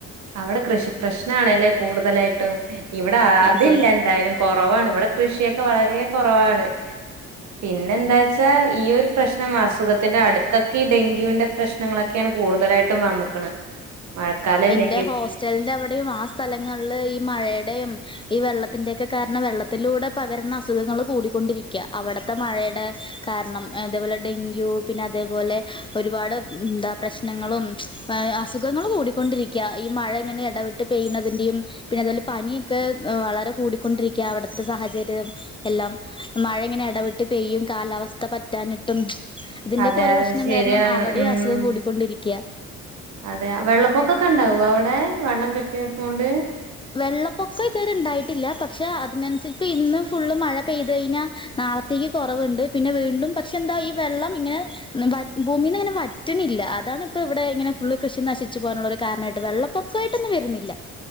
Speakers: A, on the right; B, on the left.
A: അവിടെ കൃഷി പ്രശ്നണല്ലേ കൂടുതലായിട്ടും ഇവിടെ അതില്ല
B: അതെ
A: എന്തായാലും കുറവാണ് ഇവിടെ കൃഷിയൊക്കെ വളരെ കുറവാണ് പിന്നെ എന്താ വച്ചാ ഈ ഒരു പ്രശ്നം അസുഖത്തിന്റെ അടുത്തൊക്കെ ഈ ഡെങ്കുന്റെ പ്രശ്നങ്ങളൊക്കെയാണ് കൂടുതലായിട്ടും വന്ന മഴക്കാലല്ലെ
B: എന്റെ ഹോസ്റ്റലിന്റെ അവിടെയും ആ സ്ഥലങ്ങളില് ഈ മഴയുടെയും ഈ വെള്ളത്തിന്റെൊക്കെ കാരണം വെള്ളത്തിലൂടെ പകരുന്ന അസുഖങ്ങൾ കൂടിക്കൊണ്ടിരിക്കയ അവിടത്തെ മഴയുടെ കാരണം അതേപോലെ ഡെങ്കു പിന്നെ അതേപോലെ ഒരുപാട് എന്താ പ്രശ്നങ്ങളും <unintelligible> അസുഖങ്ങൾ കൂടിക്കൊണ്ടിരിക്കുക ഈ മഴ ഇങ്ങനെ ഇടവിട്ട് പെയ്യുന്നതിന്റെയും പിന്നെ അതോല പനിയൊക്കെ വളരെ കൂടിക്കൊണ്ടിരിക്ക അവിടുത്തെ സാഹചര്യം എല്ലാം മഴ ഇങ്ങനെ ഇടവിെട്ട് പെയ്യും കാലാവസ്ഥ പറ്റാ ട്ടും ഇതിന്റെറെ
A: അതെ അതെ
B: പ്രശ്നം
A: ശരിയാണ്
B: കാരണം അവിടെയും
A: ഉം
B: അസുഖം കൂടിക്കൊണ്ടിരിക്കയാ
A: അതെ വെള്ളപ്പൊക്കൊക്കെ ഉണ്ടാവോ അവിടെ വെള്ളം കെട്ടി നിക്കണോണ്ട്
B: വെള്ളപ്പൊക്കം ഇതുവരെ ഉണ്ടായിട്ടില്ല പക്ഷ അതിനനുസരിപ്പ ഇന്നും ഫുള്ള് മഴ പെയ്ത് കഴിഞ്ഞാൽ നാളത്തേക്ക് കുറവുണ്ട് പിന്നെ വീണ്ടും പക്ഷെ എന്ത ഈ വെള്ളം ഇങ്ങനെ ഭൂമീ നിന്ന് ഇങ്ങനെ വറ്റുന്നില്ല അതാണ് ഇപ്പ ഇവിടെ ഇങ്ങനെ ഫുള് കൃഷി നശിച്ചു പോ ള്ളൊരു കാരണമായിട്ട് വെള്ളപ്പൊക്കമായിട്ടൊന്ന വരുന്നില്ല